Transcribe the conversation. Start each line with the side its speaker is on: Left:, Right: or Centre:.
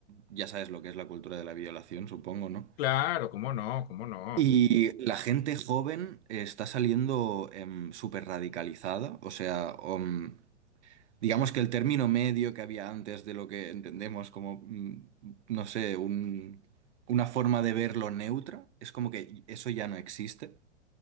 Right: ya sabes lo que es la cultura de la violación, supongo, ¿no?
Left: Claro, cómo no, cómo no.
Right: Y la gente joven está saliendo súper radicalizada, o sea, em, digamos que el término medio que había antes de lo que entendemos como, mm, no sé, un- una forma de verlo neutra, es como que eso ya no existe.